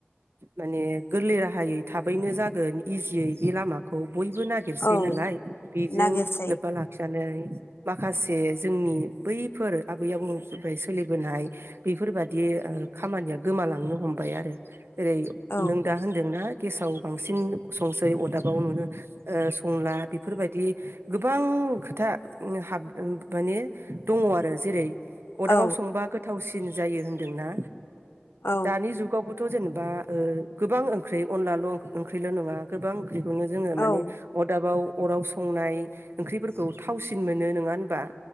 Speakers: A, on the right; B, on the left.
A: माने गोरलै राहायै थाबैनो जागोन इजियै बे लामाखौ बयबो नागिरसै
B: औ
A: नालाय बेजों
B: नागिरसै
A: लोब्बा लाखि नानै माखासे जोंनि बैफोर आबै आबौनि सोलिबोनाय बेफोरबादि खामानिया ओ गोमालांनो हमबाय आरो। जेरै
B: औ
A: नों दा होन्दोंना गेसाव बांसिन संसै अदाबाव नुनो ओ संला बेफोरबायदि गोबां खोथा हाब माने दङ आरो जेरै अदाबाव
B: औ
A: संबा गोथावसि दिन जायो होनदोंना
B: औ
A: दानि जुगावबोथ जेन बा ओ गोबां ओंख्रि अनलाल ओंख्रिल नङा गोबां फख्रिखौनो जोङो
B: औ
A: माने अरदाबाव अराव संनाय ओंख्रिफोरखौ थावसिन मोनो नङा होनबा